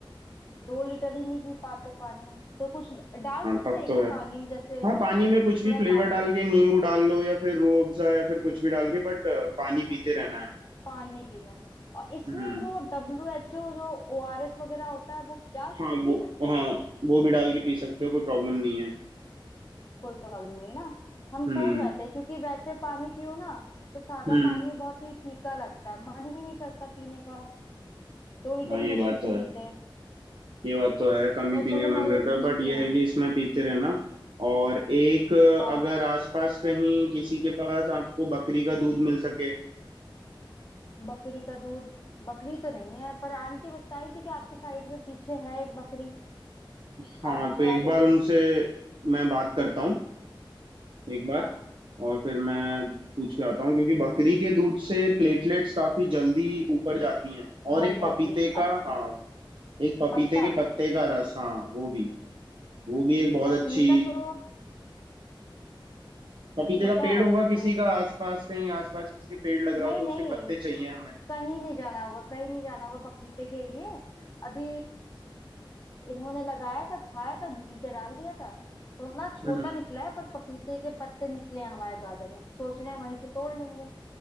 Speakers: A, on the left; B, on the right.
A: दो लीटर ही नहीं पी पाते पानी तो कुछ डाल सकते
B: टफ
A: हैं
B: तो
A: क्या
B: है
A: पानी में जैसे
B: हाँ पानी में कुछ
A: थोड़ा
B: भी फ्लेवर
A: पानी
B: डाल के नींबू डाल लो या फिर रूह अफ़ज़ा या फिर कुछ भी डाल के बट पानी पीते रहना है
A: पानी पीना है। और इसमें
B: हम्म
A: वो डब्ल्यू एच ओ जो ओ आर एस वगैरह होता है वो डाल
B: हाँ
A: के पी
B: वो
A: सकते
B: हाँ
A: हैं
B: वो भी डाल के पी सकते हो कोई प्रॉब्लम नहीं है
A: कोई प्रॉब्लम नहीं ना हम
B: हम्म
A: सोच रहे थे क्योंकि वैसे पानी पियो ना तो सादा
B: हम्म
A: पानी बहुत ही फीका लगता है मन ही नहीं करता पीने का दो लीटर
B: हाँ
A: ही
B: ये
A: मुश्किल
B: बात तो
A: से
B: है
A: पीते हैं
B: ये बात तो है कम
A: तो
B: ही पीने
A: चलो
B: का मन
A: मैं
B: करता
A: ये पीती
B: है बट ये
A: हूँ
B: है कि इसमें पीते रहना और एक अ,
A: हाँ
B: अगर आसपास कहीं किसी के पास आपको बकरी का दूध मिल सके
A: बकरी का दूध बकरी तो नहीं है पर आंटी बताई थी कि आपके साइड में पीछे है एक बकरी
B: हाँ
A: आप भिजवा
B: तो एक
A: दो
B: बार उनसे
A: तो
B: मैं बात करता हूँ एक बार
A: हाँ
B: और फिर मैं पूछ के आता हूँ क्योंकि बकरी के दूध से प्लेटलेट्स काफी जल्दी ऊपर जाती हैं
A: भर
B: और एक
A: जाती
B: पपीते
A: है
B: का
A: अच्छा
B: हाँ एक पपीते
A: पत्ता
B: के पत्ते का रस हाँ वो भी वो भी एक बहुत
A: पपीता
B: अच्छी
A: तो
B: पपीते
A: लगा
B: का पेड़
A: है
B: होगा
A: नीचे
B: किसी का आसपास कहीं आसपास किसी के पेड़ लग रहा
A: नहीं
B: हो तो
A: नहीं
B: उसके पत्ते चाहिए हमें
A: कहीं नहीं जाना होगा कहीं नहीं जाना होगा पपीते के लिए अभी इन्होंने लगाया था खाया था बीज डाल दिया था तो ना छोटा
B: हम्म
A: निकला है पर पपीते के पत्ते निकले हैं हमारे गार्डन में सोच रहे हैं वहीं से तोड़ लेंगे